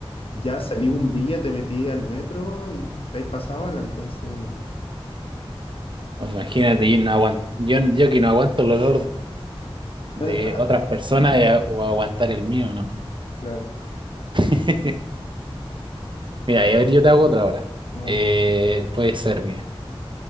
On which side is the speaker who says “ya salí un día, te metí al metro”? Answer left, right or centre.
Left